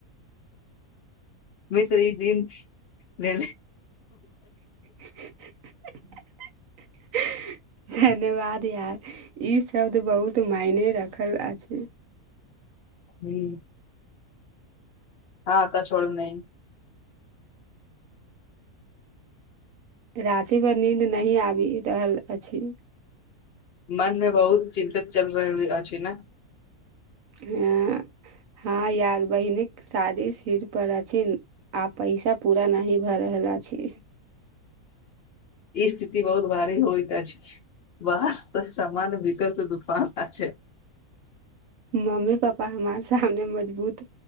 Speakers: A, on the left; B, on the right.
A: भ त्र ई दिनने
B: <inaudible> धन्यवाद यार ई शब्द बहुत तऽ मायने रखल आ छै
A: हुं हँ आशा छोड़ब नय <inaudible>
B: राँती भर नीन्द नहि आबि रहल अछि
A: मनमे बहुत चिन्तित चलि रहल अछि ने
B: हँ हँ यार बहिनी के शादी सिर पर अछि आ पैसा पूरा नही भए रहल अछि
A: <inaudible> ई स्थिति बहुत भारी होइ त छै ब सामान विकल से दुफना आछै
B: मम्मी पापा हमार सामने मजबूत